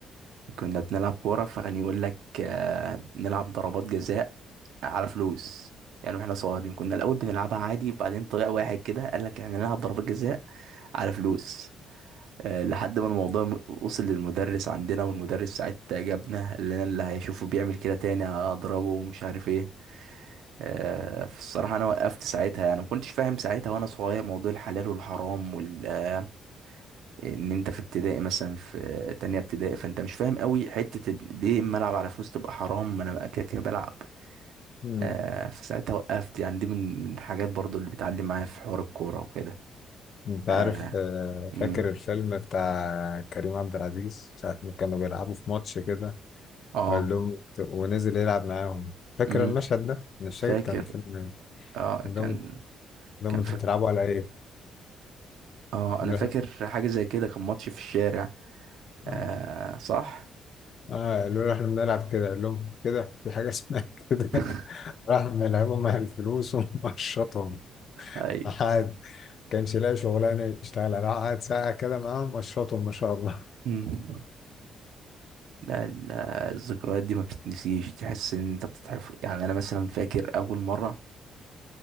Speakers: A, on the right; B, on the left.
A: كنا بنلعب كورة فكان يقول لك آه، نلعب ضربات جزاء على فلوس يعني واحنا صغيرين كنا الاول بنلعبها عادي وبعدين طلع واحد كده قال لك احنا نلعب ضربات جزاء على فلوس آه، لحد ما الموضوع م- وصل للمدرس عندنا والمدرس ساعتها جابنا اللي انا اللي هيشوفه بيعمل كده تاني هضربه ومش عارف ايه آه، فالصراحة انا وقفت ساعتها يعني ما كنتش فاهم ساعتها وانا صغير موضوع الحلال والحرام وال... آه، ان انت في ابتدائي مثلا في آه، تانية ابتدائي فانت مش فاهم قوي حتة ال- ليه اما العب على فلوس تبقى حرام ما انا بقى كده كده بلعب
B: مم.
A: آه، فساعتها وقفت يعني دي من من الحاجات برضو اللي بتعلم معايا في حوار الكورة وكده
B: انت عارف
A: اه
B: آه، فاكر
A: امم
B: الفيلم بتاع كريم عبد العزيز ساعة ما كانوا بيلعبوا في ماتش كده
A: اه
B: وقال لهم ت- ونزل يلعب معاهم فاكر
A: امم
B: المشهد ده؟ أنا مش
A: فاكر
B: فاكر كان فيلم إيه.
A: اه
B: قال لهم
A: كان
B: انت- قال لهم
A: كان
B: انتوا
A: في
B: بتلعبوا على ايه؟
A: اه
B: قال
A: انا
B: له
A: فاكر
B: احنا
A: حاجه زي كده كان ماتش في الشارع آه
B: اه
A: صح
B: آه، قالوا له احنا بنلعب كده قال لهم كده في حاجة اسمها كده
A: <laughs>
B: <laughs> راح ملعبهم على الفلوس ومشطهم
A: ايوه
B: قعد كانش لاقي شغلانة يشتغلها راح قعد ساعة كده معاهم مشطهم ما شاء الله
A: مم. لا لا، الذكريات دي ما بتتنسيش تحس ان انت بتتحفظ يعني انا مثلا فاكر اول مره